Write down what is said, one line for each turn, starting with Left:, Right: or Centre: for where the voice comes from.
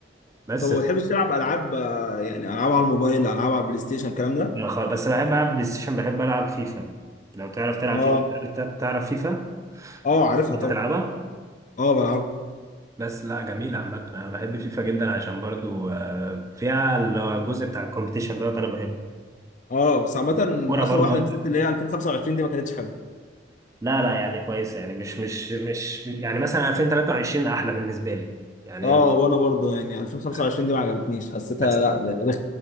Right: بس
Left: طب ما بتحبش تلعب العاب آه، يعني العاب على الموبايل العاب على البلاي ستيشن الكلام ده
Right: أنا خ- بس بحب العب بلاي ستيشن بحب العب فيفا لو تعرف تلعب
Left: اه
Right: فيفا تعرف تعرف فيفا
Left: اه عارفها طبعا
Right: تعرف تلعبها
Left: اه بلعبها
Right: بس لا جميل عامة انا بحب فيفا جدا عشان برضو آه، فيها الجزء بتاع الكومبيتيشن دوت انا بحبه
Left: اه بس عامه
Right: الكورة
Left: اخر
Right: برضو
Left: واحده
Right: أنا-
Left: نزلت اللي هي 2025 دي ما كانتش حلوه
Right: لا لا يعني كويسة يعني مش مش مش يعني مثلا 2023 احلى بالنسبة لي يعني
Left: اه
Right: ألفين
Left: وانا برضه يعني 2025
Right: وثلاثة
Left: دي ما عجبتنيش حسيتها
Right: وعشرين بس
Left: لا ده رخ